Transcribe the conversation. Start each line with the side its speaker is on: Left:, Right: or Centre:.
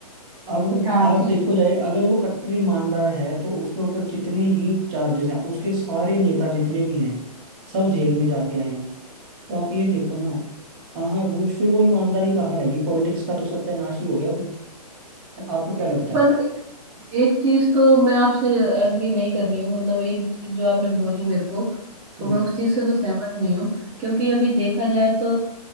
Right: अब
Centre: हाँ
Right: आप
Centre: ठीक
Right: देखो
Centre: है
Right: जाए अगर वो कट्टर ईमानदार है तो उसके ऊपर कितने ही चार्जेस हैं उसके सारे नेता जितने भी हैं सब जेल में जाके आए हैं तो आप ये देखो ना कहाँ वो फिर वो ईमानदारी कहाँ रहेगी पॉलिटिक्स का तो सत्यानाश ही हो गया वो आपको क्या लगता
Centre: पर
Right: है
Centre: एक चीज तो मैं आपसे एग्री नहीं कर रही हूँ मतलब एक चीज जो आपने बोली मेरे को तो
Right: हम्म,
Centre: मैं उस चीज से तो सहमत नहीं हूँ क्योंकि अभी देखा जाए तो